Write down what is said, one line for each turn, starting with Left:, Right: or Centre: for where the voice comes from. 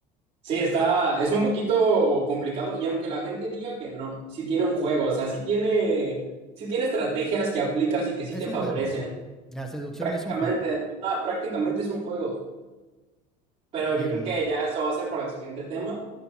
Right: Sí, está, es un poquito complicado y aunque la gente diga que no, sí tiene un juego, o sea, sí tiene, sí tiene estrategias que aplicas y que sí
Centre: Es
Right: te
Centre: un
Right: favorecen.
Centre: juego. La seducción
Right: Prácticamente,
Centre: es un juego.
Right: ah, prácticamente es un juego, pero
Centre: Y,
Right: yo creo
Centre: mm,
Right: que ya eso va a ser para el siguiente tema,